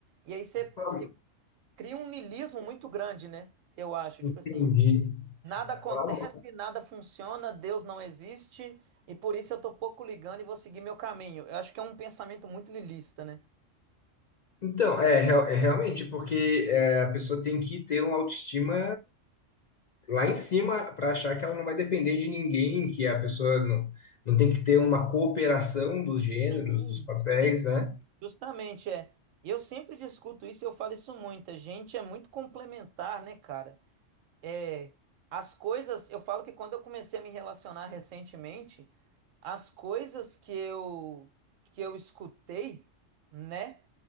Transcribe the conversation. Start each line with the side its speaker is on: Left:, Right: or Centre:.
Right: E aí você
Left: Ah,
Right: você cria um niilismo muito grande, né? Eu acho, tipo
Left: Entendi.
Right: assim. Nada acontece,
Left: Ah,
Right: nada funciona, Deus não existe, e por isso eu tô pouco ligando e vou seguir meu caminho. Eu acho que é um pensamento muito niilista, né?
Left: Então, é, real- é realmente, porque é, a pessoa tem que ter uma autoestima lá em cima para achar que ela não vai depender de ninguém, que a pessoa não, não tem que ter uma cooperação dos gêneros,
Right: Sim,
Left: dos papéis,
Right: sim.
Left: né?
Right: Justamente, é. Eu sempre discuto isso, e eu falo isso muito. A gente é muito complementar, né, cara? É, as coisas, eu falo que quando eu comecei a me relacionar recentemente, as coisas que eu que eu escutei, né?